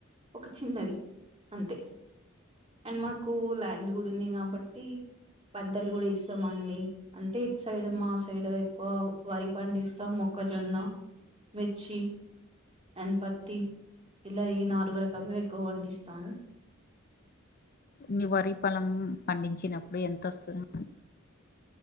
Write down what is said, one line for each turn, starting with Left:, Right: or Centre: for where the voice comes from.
Right: ఒక చిన్నది అంతే అండ్ మాకు ల్యాండ్ కూడా ఉంది కాబట్టి పంటలు కూడా ఎస్తాం అండి అంటే ఇటు సైడ్ మా సైడ్ ఎక్కువ వరి పండి ఇస్తాం మొక్కజొన్న మిర్చి అండ్ పత్తి ఇలా ఈ నాలుగు రకలు ఎక్కువ పండిస్తాము
Left: మీ వరి పలం పండించినప్పుడు ఎంత వస్తది